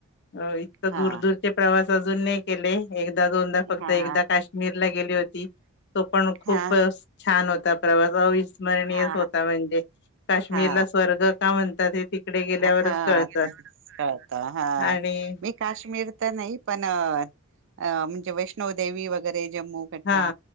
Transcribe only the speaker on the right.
हा
हा
हा
हा
हा
हा
हा हा
तेच कळत हा
मी काश्मीर तर नाही पण अ‌‌ अ म्हणजे वैष्णोदेवी वगैरे जम्मू कटरा